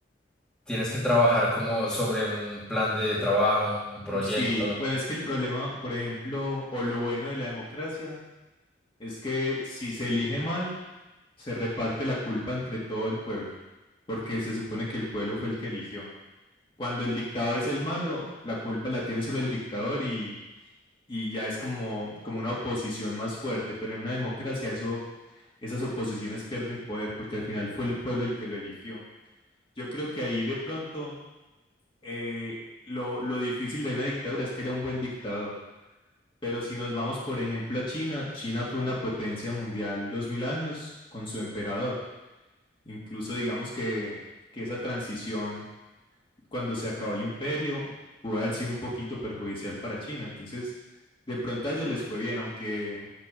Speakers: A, in the centre; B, on the left (about 30°).
A: tienes que trabajar como sobre un plan de trabajo, un proyecto.
B: mm, Sí, bueno, es que el problema, por ejemplo, o lo bueno de la democracia, es que si se elige mal, se reparte la culpa entre todo el pueblo, porque se supone que el pueblo fue el que eligió. Cuando el dictador es el malo, la culpa la tiene solo el dictador y, y ya es como, como una oposición más fuerte, pero en una democracia eso, esas oposiciones pierden poder, porque al final fue el pueblo el que lo eligió. Yo creo que ahí de pronto eh, lo, lo difícil de una dictadura es que haya un buen dictador pero si nos vamos, por ejemplo, a China, China fue una potencia mundial 2000 años con su emperador. Incluso digamos que, que esa transición, cuando se acabó el imperio, pudo haber sido un poquito perjudicial para China. Entonces, de pronto a ellos les fue bien, aunque,